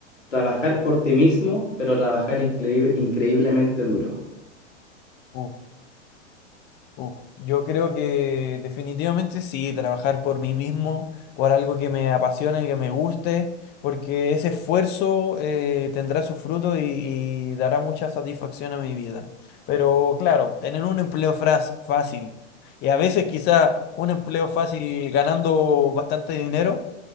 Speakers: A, on the left; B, on the left.
A: trabajar por ti mismo, pero trabajar increíble- increíblemente duro.
B: Uf, uf. Yo creo que definitivamente sí, trabajar por mí mismo, por algo que me apasione, que me guste, porque ese esfuerzo eh, tendrá su fruto y, y dará mucha satisfacción a mi vida. Pero claro, tener un empleo fras- fácil y a veces quizá un empleo fácil ganando bastante dinero